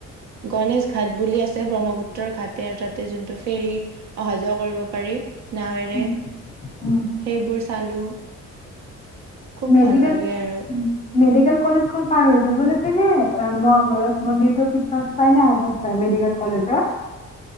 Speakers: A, on the right; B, on the left.
A: গণেশ ঘাট বুলি আছে ব্ৰহ্মপুত্ৰৰ ঘাট আৰু তাতে যোনটো ফেৰী অহা যোৱা কৰিব পাৰি। নাৱেৰে
B: উম উম।
A: সেইবোৰ চালোঁ। খুব
B: মেডিকেল
A: ভাল লাগে আৰু।
B: উম, মেডিকেল কলেজখন পাৰ হৈ যাব লাগে নে অ মহাভৈৰৱ মন্দিৰতো পিছ চত পায় নে আগত পাই মেডিকেল কলেজৰ?